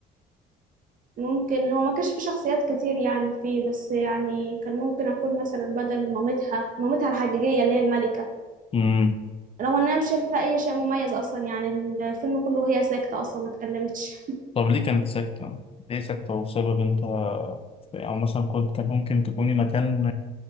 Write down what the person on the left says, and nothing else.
أمم.
طب ليه كانت ساكتة؟ ليه ساكتة وسايبة بنتها في- أو مثلا كنت كان ممكن تكوني مكان